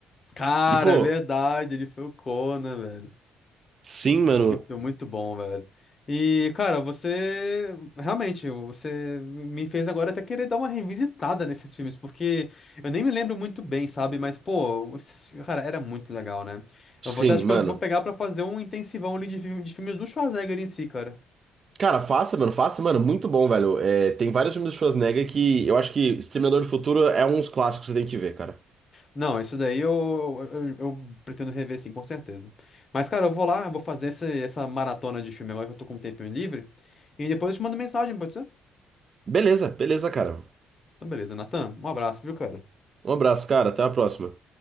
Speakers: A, on the left; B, on the right.
A: Cara,
B: E, pô,
A: é verdade, ele foi o Conan,
B: sim, mano.
A: Muito, muito bom, velho. E, cara, você realmente, você me fez agora até querer dar uma revisitada nesses filmes, porque eu nem me lembro muito bem, sabe? Mas, pô, esses- cara, era muito legal, né?
B: Sim,
A: Eu vou até, acho
B: mano.
A: que eu vou pegar pra fazer um intensivão ali de, fi- de filmes do Schwarzenegger em si, cara.
B: Cara, faça, mano, faça, mano, muito bom, velho. É, tem vários filmes do Schwarzenegger que eu acho que Exterminador do Futuro é um dos clássicos que você tem que ver, cara.
A: Não, isso daí eu, eu, eu pretendo rever, sim, com certeza. Mas, cara, eu vou lá, eu vou fazer esse- essa maratona de filme agora que eu tô com um tempinho livre. E depois eu te mando mensagem, pode ser?
B: Beleza, beleza, cara.
A: Então, beleza, Natan, um abraço, viu, cara?
B: Um abraço, cara. Até a próxima.